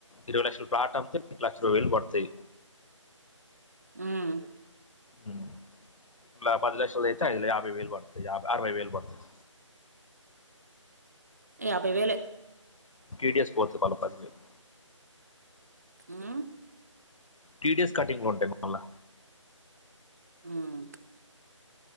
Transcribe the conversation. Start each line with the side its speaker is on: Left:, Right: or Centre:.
Left: ఇరవై లక్షల ప్లాట్ అమ్మితే లక్ష ఇరవై వేలు పడతాయి.
Right: ఉమ్
Left: ఉమ్ తలా పదిలక్ష దైతే ఐదు యాభై వేలు పడుతాయి యభై అరవై వేలు పడుతాయి.
Right: యాభై వేలే.
Left: టిడిఎస్ పోతాయి మల్ల పదివేలు.
Right: ఉమ్
Left: టీడియస్ కటింగ్ ఉంటాయిగా మల్ల.
Right: ఉమ్.